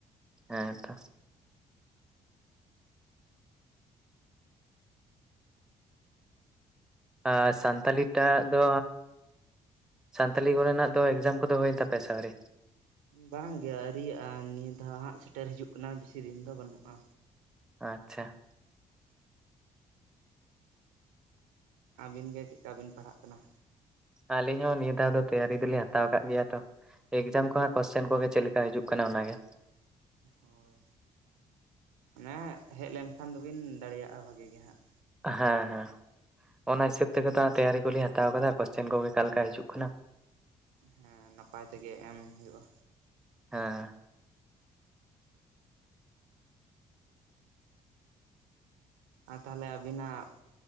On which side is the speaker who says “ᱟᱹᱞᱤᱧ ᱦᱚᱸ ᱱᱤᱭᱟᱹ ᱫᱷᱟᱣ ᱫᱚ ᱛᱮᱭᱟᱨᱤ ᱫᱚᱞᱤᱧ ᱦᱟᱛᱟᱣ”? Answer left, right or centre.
Centre